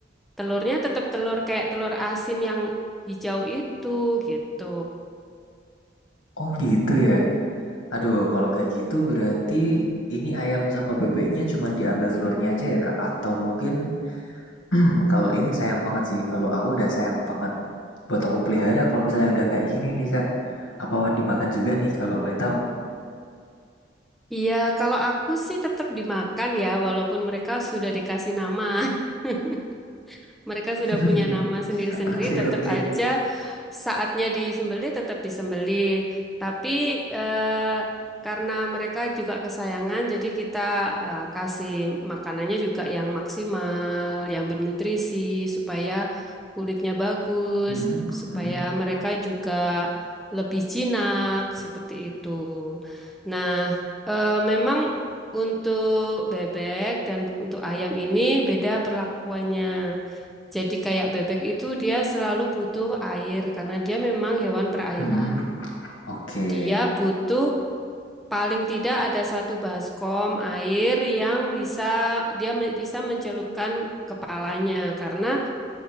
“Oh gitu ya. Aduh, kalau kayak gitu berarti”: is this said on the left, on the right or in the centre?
Left